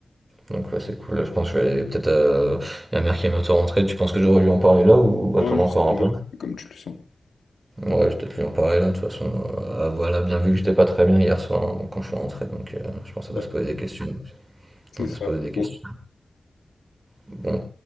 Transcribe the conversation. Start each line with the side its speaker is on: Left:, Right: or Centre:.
Right: Donc ouais, c'est cool, là, je pense que je vais aller peut-être à la mère qui est bientôt rentrée. Tu penses que j'aurais dû en parler là, ou attendre
Left: Ouais,
Right: encore
Left: je sais pas,
Right: un peu?
Left: c'est comme tu le sens.
Right: Ouais, je vais peut-être lui en parler là, de toute façon. Euh, voilà, bien vu que j'étais pas très bien hier soir, hein, donc quand je suis rentré, donc euh, je pense qu'elle
Left: Ouais,
Right: va se poser des questions.
Left: c'est
Right: On va
Left: ça.
Right: se poser des questions.
Left: Bon,
Right: Bon,